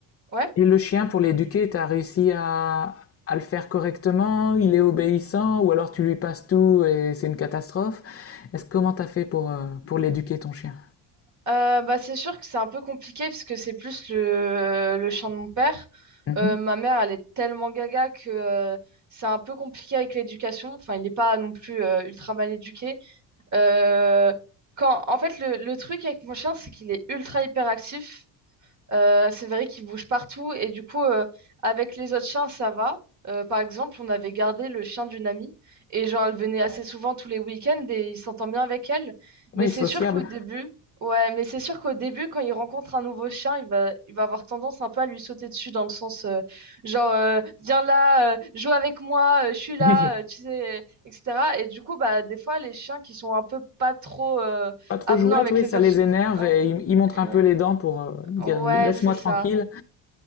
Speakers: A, on the right (about 40°); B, on the left (about 35°).
A: Ouais?
B: Et le chien pour l'éduquer, t'as réussi à, à le faire correctement? Il est obéissant? Ou alors tu lui passes tout et c'est une catastrophe? Est-ce comment t'as fait pour, euh, pour l'éduquer ton chien?
A: Euh, bah, c'est sûr que c'est un peu compliqué parce que c'est plus le, le chien de mon père.
B: Mhm.
A: Euh, ma mère, elle est tellement gaga que euh, c'est un peu compliqué avec l'éducation. Enfin, il n'est pas non plus euh, ultra mal éduqué. Euh, quand, en fait, le, le truc avec mon chien, c'est qu'il est ultra hyperactif. Euh, c'est vrai qu'il bouge partout et du coup, euh, avec les autres chiens, ça va. Euh, par exemple, on avait gardé le chien d'une amie et genre, elle venait assez souvent tous les week-ends et il s'entend bien avec elle.
B: Oui,
A: Mais c'est
B: sociable.
A: sûr qu'au début, ouais, mais c'est sûr qu'au début, quand il rencontre un nouveau chien, il va, il va avoir tendance un peu à lui sauter dessus dans le sens euh, genre, euh, viens là, euh, joue avec moi, euh, je suis là,
B: <laughs>
A: euh, tu sais, etc. Et du coup, bah, des fois, les chiens qui sont un peu pas trop euh,
B: Pas trop
A: avenants
B: jouette,
A: avec
B: oui,
A: les
B: ça
A: autres.
B: les
A: chi-
B: énerve
A: Ouais,
B: et ils, ils montrent
A: euh,
B: un peu les dents pour euh, dire
A: ouais,
B: laisse-moi
A: c'est ça.
B: tranquille.